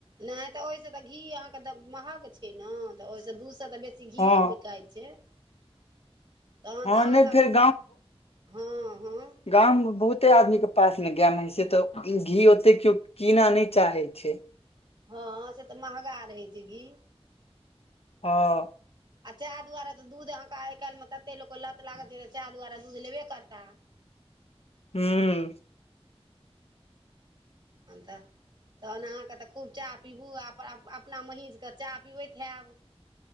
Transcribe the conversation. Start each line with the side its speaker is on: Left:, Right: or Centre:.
Right: नहि तऽ ओहि से तऽ घी अहाँके महग छै ने तऽ ओहिस दू सए तऽ बेसी घीये
Left: हँ
Right: बिकायइत छै छै तहन
Left: हँ
Right: तऽ अहाँ
Left: नहि
Right: सब
Left: फेर
Right: हँ हँ
Left: गांम मे बहुते आदमी के पास मे गाय मे हे छै तऽ घी ओते केो कीना न चाहे छै
Right: हँ से तऽ महगा रहै छै घी
Left: हँ
Right: आ चाह दुआारा तऽ दूध अहाँके आइ काल्हि मे तते लोक लत लागल छै तऽ चाह दुआारा दूध लेबे करताह
Left: हूं
Right: अ तऽ तखन अहाँके तऽ खूब चाह पीबू आ अपना महीँसके चाह पीबैत हैब